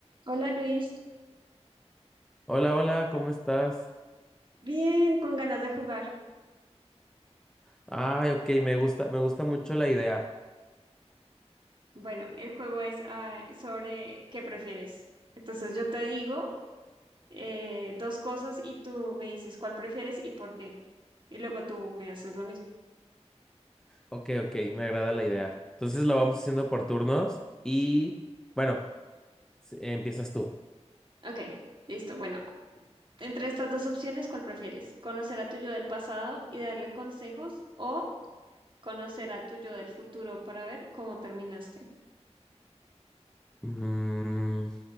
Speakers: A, on the right; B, in the centre.
A: Hola Luis,
B: Hola, hola, ¿cómo estás?
A: bien, con ganas de jugar.
B: Ay, ok, me gusta, me gusta mucho la idea.
A: Bueno, el juego es ah, sobre qué prefieres. Entonces yo te digo eh, dos cosas y tú me dices cuál prefieres y por qué. Y luego tú me haces lo mismo.
B: Ok, ok, me agrada la idea. Entonces lo vamos haciendo por turnos y, bueno, s- empiezas tú.
A: Ok, listo. Bueno, entre estas dos opciones, ¿cuál prefieres? ¿Conocer a tu yo del pasado y darle consejos o conocer a tu yo del futuro para ver cómo terminaste?
B: Mm,